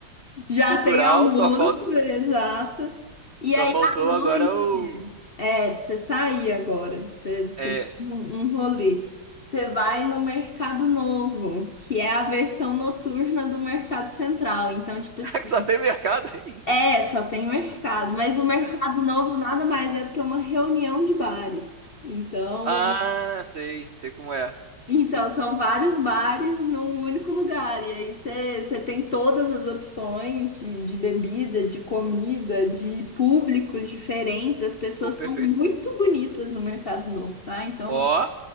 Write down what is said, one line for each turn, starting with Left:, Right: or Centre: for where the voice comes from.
Left: Já
Right: cultural,
Left: tem almoço,
Right: só falta,
Left: exato. E aí,
Right: só faltou
Left: à noite.
Right: agora o
Left: É, pra você sair agora. pra Você, você
Right: é,
Left: dá um, um rolê. Você vai no Mercado Novo, que é a versão noturna do Mercado Central. Então, tipo assim,
Right: <laughs> só tem mercado aí.
Left: é, só tem mercado. Mas o Mercado
Right: <laughs>
Left: Novo nada mais é do que uma reunião de bares. Então,
Right: Ah, sei, sei como é.
Left: então são vários bares num único lugar. E aí você, você tem todas as opções de, de bebida, de comida, de públicos diferentes. As pessoas
Right: Pô, perfeito.
Left: são muito bonitas no Mercado Novo, tá? Então.
Right: Ó,